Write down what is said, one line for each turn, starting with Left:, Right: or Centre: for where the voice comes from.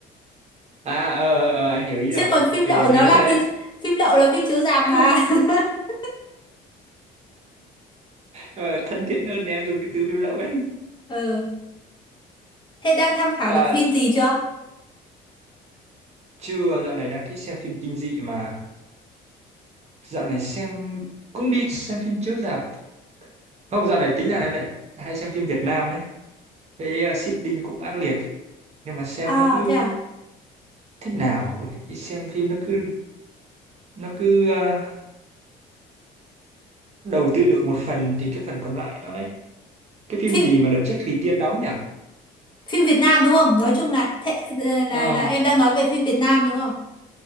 Right: à ờ ờ ờ, anh hiểu ý
Left: Chứ
Right: rồi
Left: còn
Right: ok
Left: phim lậu
Right: ok
Left: nó
Right: đúng
Left: là
Right: rồi đấy
Left: phim phim lậu là phim chiếu rạp
Right: <laughs>
Left: mà. <laughs>
Right: Ờ, thân thiện hơn để em dùng cái từ phim lậu ấy
Left: Ừ, thế đang tham khảo
Right: và
Left: được phim gì chưa?
Right: chưa dạo này đang thích xem phim kinh dị mà dạo này xem cũng đi xem phim chiếu rạp không dạo này tính rằng em lại hay xem phim Việt Nam ấy cái uh, seeding cũng ác liệt nhưng mà xem
Left: À,
Right: nó cứ
Left: thế à?
Right: thế nào ấy? đi xem phim nó cứ nó cứ à, đầu tư được một phần thì cái phần còn lại nó đấy cái phim
Left: Phim
Right: gì mà đợt trước Thùy Tiên đóng nhỉ
Left: phim Việt Nam đúng không? Nói chung là thế, ờ, là
Right: ờ
Left: là em đang nói về phim Việt Nam đúng không?